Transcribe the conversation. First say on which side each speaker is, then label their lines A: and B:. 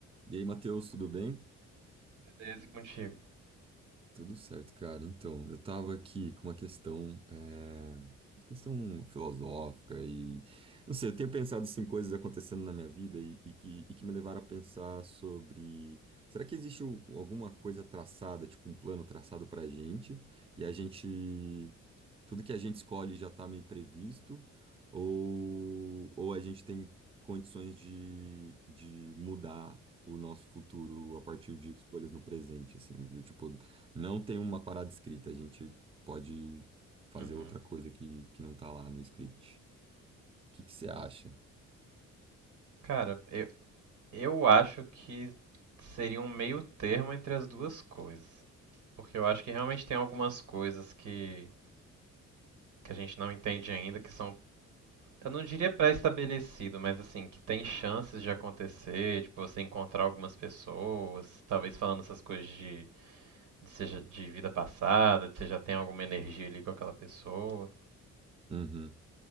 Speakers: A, on the right (about 20°); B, on the right (about 80°).
A: E aí, Matheus, tudo bem?
B: Beleza, e contigo.
A: Tudo certo, cara. Então, eu tava aqui com uma questão, é, questão filosófica e, não sei, eu tenho pensado assim, coisas acontecendo na minha vida e, e que, e que me levaram a pensar sobre, será que existe o- alguma coisa traçada, tipo um plano traçado pra gente e a gente, tudo que a gente escolhe já tá meio previsto ou, ou a gente tem condições de, de mudar o nosso futuro a partir de escolhas no presente, assim, do tipo não tem uma parada escrita, a gente pode fazer
B: Uhum.
A: outra coisa que, que não tá lá no script. O que que você acha?
B: Cara, eu, eu acho que seria um meio termo entre as duas coisas. Porque eu acho que realmente tem algumas coisas que, que a gente não entende ainda, que são, eu não diria pré-estabelecido, mas assim, que tem chances de acontecer, tipo, você encontrar algumas pessoas, talvez falando essas coisas de, de, seja, de vida passada, de você já tem alguma energia ali com aquela pessoa.
A: Uhum,